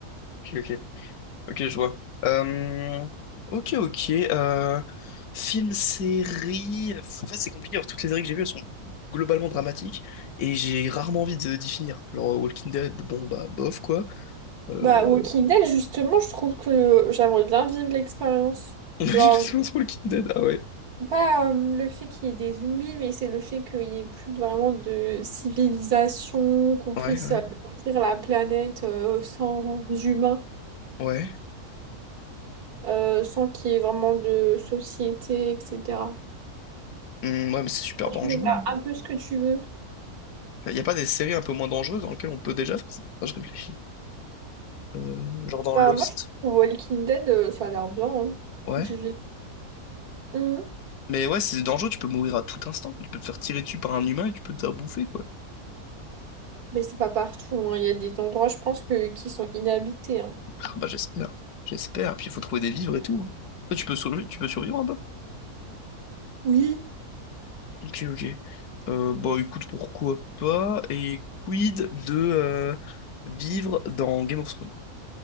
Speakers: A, on the left; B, on the right.
A: Ok, ok. Ok, je vois. Euh, ok, ok. euh, film, série. En fait, c'est compliqué. Alors, toutes les séries que j'ai vues, elles sont globalement dramatiques et j'ai rarement envie de d'y finir. Genre, euh, Walking Dead, bon, bah, bof, quoi. Euh...
B: Bah, Walking Dead, justement, je trouve que j'aimerais bien vivre l'expérience.
A: <laughs> On a vu
B: Genre,
A: la séquence Walking Dead, ah ouais.
B: Pas euh, le fait qu'il y ait des zombies, mais c'est le fait qu'il n'y ait plus de- vraiment de civilisation, qu'on puisse
A: Ouais, ouais.
B: euh, découvrir la planète euh, sans humains,
A: Ouais.
B: euh, sans qu'il y ait vraiment de société, etc.
A: Hum, ouais, mais c'est super dangereux,
B: Tu peux faire
A: non?
B: un peu ce que tu veux.
A: Il n'y a pas des séries un peu moins dangereuses dans lesquelles on peut déjà faire ça? Enfin, je réfléchis. Euh, genre dans
B: Bah,
A: Lost.
B: moi, je trouve que Walking Dead, euh, ça a l'air bien, hein.
A: Ouais.
B: J'y vais. Hum,
A: Mais ouais, c'est dangereux, tu peux mourir à tout instant. Tu peux te faire tirer dessus par un humain et tu peux te faire bouffer, quoi.
B: Mais c'est pas partout, hein. Il y a des endroits, je pense, que, qui sont inhabités, hein.
A: Ah bah j'espère, j'espère. Puis il faut trouver des vivres et tout. hein. Toi, tu peux survivre, tu peux survivre en bas
B: Oui.
A: Ok, ok. Euh, bon, écoute, pourquoi pas? Et quid de euh, vivre dans Game of Thrones?